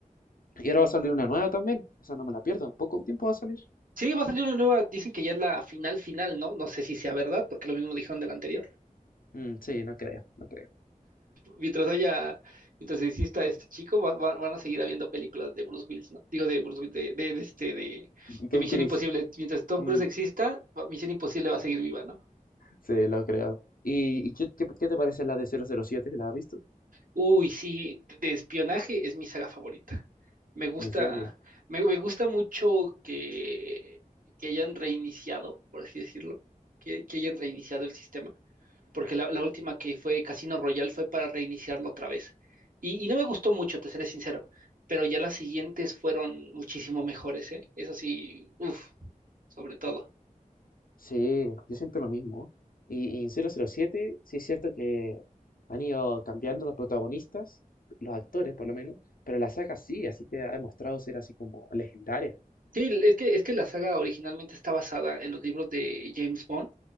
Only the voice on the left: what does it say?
Y ahora va a salir una nueva también, esa no me la pierdo, en poco tiempo va a salir.
Mm, sí, no creo, no creo.
Tom
Cruise.
Mm.
Sí, lo creo. ¿Y, y qué, qué- qué te parece la de cero cero siete ¿La has visto?
¿En serio?
Sí, yo siento lo mismo. Y, y en cero cero siete sí es cierto que han ido cambiando los protagonistas, los actores por lo menos, pero la saga sí, así que ha demostrado ser así como legendaria.